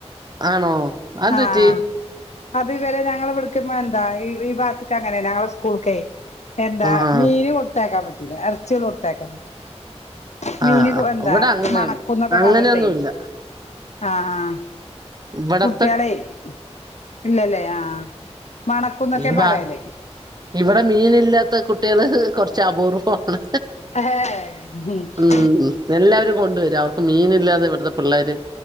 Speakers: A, on the right; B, on the left.
A: ആണോ അതെന്ത്
B: ആഹ്
A: പറ്റി
B: അത് ഇവരെ ഞങ്ങള്വ്ട്ക്ക് എന്താ ഈ ഭാ ക്ക് അങ്ങനെ ഞങ്ങളെ സ്കൂൾ ക്കെ എന്താ
A: ആഹ്
B: മീൻ കൊടുത്തയക്കാൻ പറ്റും <unintelligible> എറച്ചികള് കൊടുത്തയക്കാംപറ്റൂല മീന്
A: ആഹ്
B: കൊ
A: ആഹ്
B: എന്താ
A: ഇവിടെ അങ്ങനെ
B: മണക്കുംന്നൊക്കെ
A: അങ്ങനെയൊന്നുല്ല
B: പറഞ്ഞിട്ടെ ആഹ് ആഹ്
A: ഇവടെ
B: കുട്ട്യാളേയ് ഇല്ലല്ലേ ആഹ് മണക്കുന്നൊക്കെ
A: ഈ ഭാ
B: പറയല്
A: ഇവിടെ മീനില്ലാത്ത കുട്ട്യാള് ഹ് ഹ് ഹ് കൊറച്ച് അപൂർവ്വാണ്
B: <unintelligible>
A: ഉം ഉം എല്ലാവരും കൊണ്ടുവരും അപ്പോ മീനില്ലാതെ ഇവട്ത്തെ പിള്ളേര്